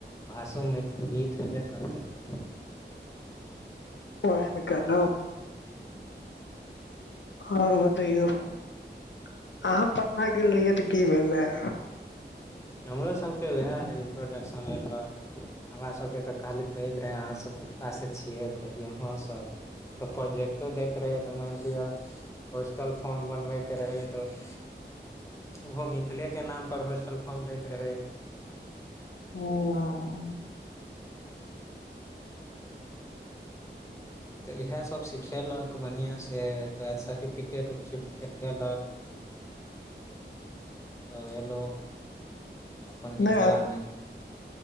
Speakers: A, on the left; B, on the left.
A: भाषोमे मीठ हेबे करतै ने
B: <unintelligible> उहे ने कहलो ओर बताइओ अहाँ पटना गेल रहिय तऽ की भेलै रहे
A: हमरो सबके उएहे इंट्रोडक्शन लेहलक हमरा सभके तऽ खाली कहैत रहै अहाँ सभ मिथिला से छियै कहलियै ह सर तऽ प्रोजेक्टो दैत रहे तऽ मेनलिअ होस्टल फॉर्म बन बैके रहै तऽ ओहो मिथिले के नाम पर होस्टल फॉर्म दैत रहै
B: <unintelligible>
A: तऽ इएह सभ सिखेलक बढ़िआँ से ओइ के बाद सर्टिफिकेट उर्टिफिकेट देलक अब एलो अपन मिथिला
B: नहि
A: मे